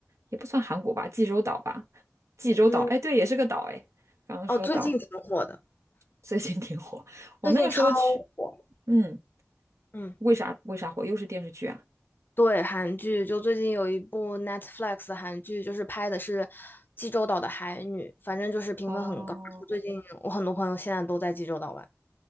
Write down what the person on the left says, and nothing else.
嗯，
哦，最近挺火的，
最近超火。
嗯，
对，韩剧就最近有一部 Netflix 的韩剧，就是拍的是济州岛的海女，反正就是评分很高。
最近我很多朋友现在都在济州岛玩。